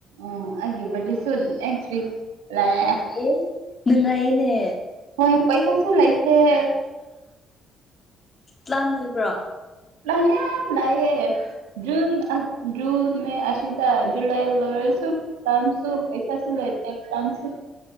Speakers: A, on the right; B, on the left.
A: ꯑ‌ꯣ ꯑꯩꯒꯤ ꯕꯔꯗ‌ꯦ ꯁꯨ ꯅꯦꯛꯁ ꯋꯤꯛ ꯂꯥꯑꯦ
B: ꯑꯦ ꯅꯨꯡꯉꯥꯏꯌꯦꯅꯦ
A: ꯍꯣꯏ ꯄꯩꯁꯥ ꯁꯨ ꯂꯩꯇ‌ꯦ
B: ꯂꯥꯟ ꯂꯩꯕ꯭ꯔꯣ
A: ꯂꯥꯟ ꯌꯥꯝ ꯂꯛꯑꯦ ꯖꯨꯟ ꯨꯖꯨꯟ ꯃꯦ ꯑꯁꯤꯗ ꯖꯨꯂꯥꯏ ꯂ‌ꯣꯏꯔꯁꯨ ꯄ꯭ꯂꯥꯟꯁꯨ ꯄꯩꯁꯥꯁꯨ ꯂꯩꯇ‌ꯦ ꯄ꯭ꯂꯥꯟꯁꯨ